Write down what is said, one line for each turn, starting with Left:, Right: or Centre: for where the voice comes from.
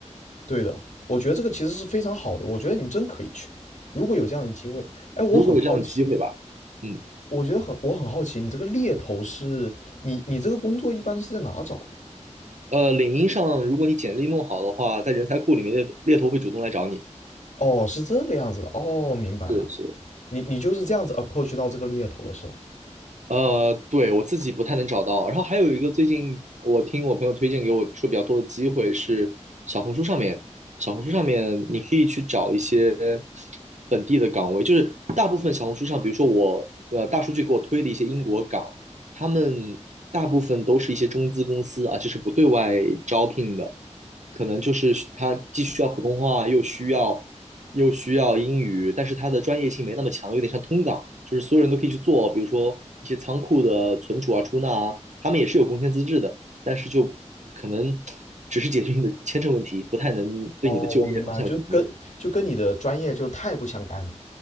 Left: 对的，我觉得这个其实是非常好的。我觉得你真可以去，如果有这样的机会。哎，我很好奇，
Right: 如果有这样的机会吧，嗯，
Left: 我觉得很，我很好奇，你这个猎头是你你这个工作一般是在哪找的？
Right: 呃，领英上如果你简历弄好的话，在人才库里面猎猎头会主动来找你。
Left: 哦，是这个样子的，哦，明白了，
Right: 是是，
Left: 你你就是这样子 approach 到这个猎头的是吧？
Right: 呃，对，我自己不太能找到。然后还有一个，最近我听我朋友推荐给我说比较多的机会是小红书上面，小红书上面你可以去找一些本地的岗位，就是大部分小红书上，比如说我呃大数据给我推的一些英国岗，他们大部分都是一些中资公司，啊，就是不对外招聘的，可能就是他既需要普通话，又需要。又需要英语，但是它的专业性没那么强，有点像通岗，就是所有人都可以去做，比如说一些仓库的存储啊、出纳啊，他们也是有工签资质的，但是就可能只是解决你的签证问题，不太能对你的就业方向有什么帮助
Left: 哦，我明白，就跟就跟你的专业就太不相干了。